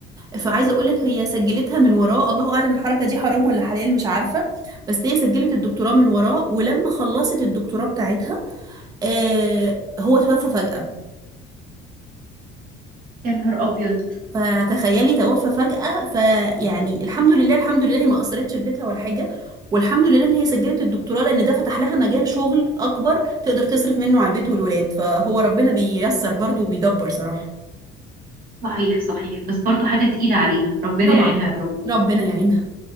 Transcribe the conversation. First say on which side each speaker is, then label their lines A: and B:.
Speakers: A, on the right (about 20°); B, on the right (about 45°).
A: فعايزه اقول لك هي سجلتها من وراه الله اعلم الحركه دي حرام ولا حلال مش عارفه بس هي سجلت الدكتوراه من وراه ولما خلصت الدكتوراه بتاعتها آه، هو توفى فجأة
B: يا نهار ابيض
A: فتخيلي توفى فجأة فيعني الحمد لله الحمد لله هي ما أثرتش في بيتها ولا حاجة والحمد لله إن هي سجلت الدكتوراه لأن ده فتح لها مجال شغل أكبر تقدر تصرف منه على البيت والولاد فهو ربنا بييسر برضه وبيدبر صراحة
B: صحيح صحيح بس برضو حاجه تقيله عليها ربنا
A: طبعا
B: يعينها يا رب
A: ربنا يعينها